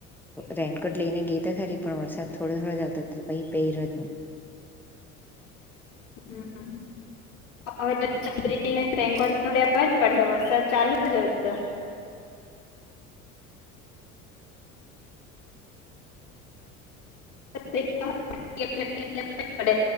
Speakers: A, in the centre; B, on the left.
A: રેન કોટ લઈને ગઈ તો ફરી પણ વરસાદ થોડું થોડું જ આવતો હતો પછી પેરયો જ નહી.
B: હમ્મ. હવે તો છત્રી લઈ રેનકોટ લેવા જ પડે વરસાદ ચાલુ જ હોય તો
A: <inaudible>
B: <unintelligible> પડે